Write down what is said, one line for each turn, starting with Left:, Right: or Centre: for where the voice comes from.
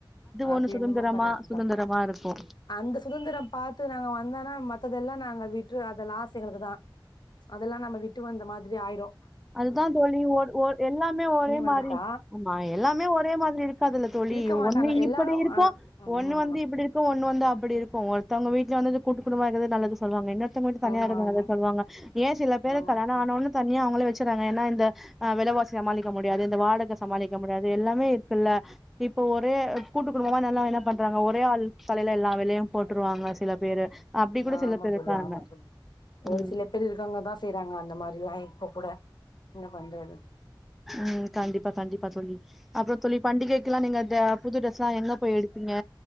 Left: அது
Centre: ஒண்ணு சுதந்திரமா
Left: என்னமோ கரெட்
Centre: சுதந்திரமா
Left: தா
Centre: இருக்கு
Left: அந்த சுதந்திரோ பாத்து நாங்க வந்தானா மத்ததெல்லா நாங்க விட்ரு அத லாஸ் எங்களுக்கு தா அதெல்லா நம்ம விட்டு வந்த மாத்ரி ஆய்ரு
Centre: அதுதா தோழி ஒர் ஒ எல்லாமே ஒரே
Left: வந்துட்டா
Centre: மாரி ஆமா எல்லாமே க்காதுல தோழி
Left: இருக்க மாட்டாங்க
Centre: ஒன்னு
Left: எல்லாரு
Centre: இப்பிடி இருக்கு
Left: ஆ ஆமா
Centre: ஒன்னு வந்து
Left: ஆமா
Centre: இப்டிரு க்கு ஒன்னு வந்து அப்டி இருக்கு ஒர்த்தோங்க வீட்ல வந்து அது கூட்டு குடும்பமா இருக்கற்தே நல்லது சொல்வாங்க இன்னர் தொங்க வந்து தனியா
Left: ஆமா
Centre: இருக்குறத சொல்வாங்க ஏ சில பேரு
Left: ஆமா
Centre: கல்யாணோ
Left: ஆமா தோழி.
Centre: ஆன ஒட்னே தனியா அவுங்களே வ ச்சுறாங்க ஏனா இந்த ஆ வெலவாசி சமாளிக்க முடியாது இந்த வாடக சமாளிக்க முடியாது எல்லாமே இருக்குல்ல இப்ப ஒரு கூட்டு குடும்பமா நல்லா என்ன பண்றாங்க ஒரே ஆள் தலைல எல்லா வேலையு போட்ருவாங்க சில பேரு அப்டி கூட
Left: ஆமா
Centre: சில பேர்
Left: தோழி
Centre: இருக்காங்க
Left: ஆமா தோழி ஒரு
Centre: ம்
Left: சில பேர் இருக்காங்க தா செய்றாங்க அந்த மாரிலா இப்ப கூட என்ன பண்றது
Centre: ம் கண்டிப்பா கண்டிப்பா தோழி அப்றோ தோழி பண்டிகைக்லா நீங்க த புது ட்ரெஸ்லா எங்க போய் எடுப்பீங்க